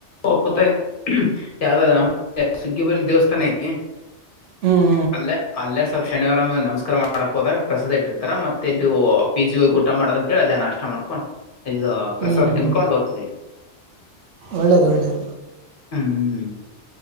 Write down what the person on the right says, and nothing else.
ಹ್ಮ್ ಹ್ಮ್
ಹ್ಮ್
ಹ್ಮ್ ಹ್ಮ್
ಒಳ್ಳೇದು ಒಳ್ಳೇದು